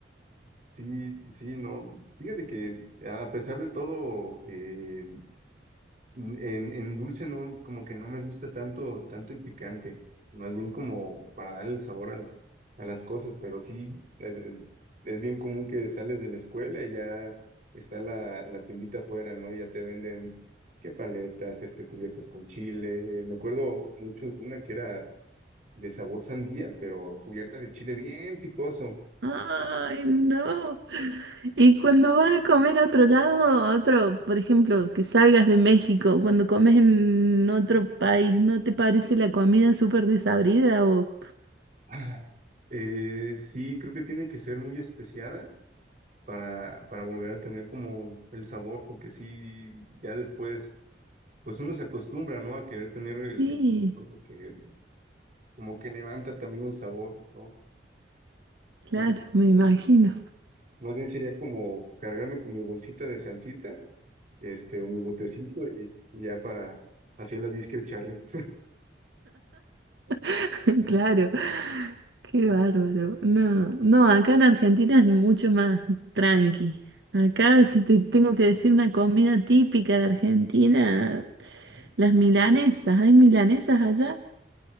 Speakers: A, on the right (about 45°); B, on the right (about 80°).
A: Sí, sí, no. Fíjate que a pesar de todo, eh, en, en dulce no, como que no me gusta tanto, tanto el picante, más bien como para darle el sabor a, a las cosas, pero sí, es, es bien común que sales de la escuela y ya está la, la tiendita afuera, ¿no? Ya te venden qué paletas, este, cubiertas con chile. Me acuerdo mucho de una que era de sabor sandía, pero cubierta de chile bien picoso.
B: Ay, no. Y cuando vas a comer a otro lado, a otro, por ejemplo, que salgas de México, cuando comes en otro país, ¿no te parece la comida súper desabrida o...
A: Ah, eh, sí, creo que tiene que ser muy especiada para, para volver a tener como el sabor, porque sí, ya después, pues uno se acostumbra, ¿no? A querer tener el,
B: Sí,
A: el porque como que levanta también el sabor, ¿no?
B: claro,
A: Entonces,
B: me imagino,
A: más bien sería como cargarme con mi bolsita de salsita, este, o mi botecito y, y ya para hacer la disque echarle.
B: <laughs> claro, qué bárbaro. No, no, acá en Argentina es mucho más tranqui. Acá si te tengo que decir una comida típica de Argentina,
A: <laughs>
B: las milanesas, ¿hay milanesas allá?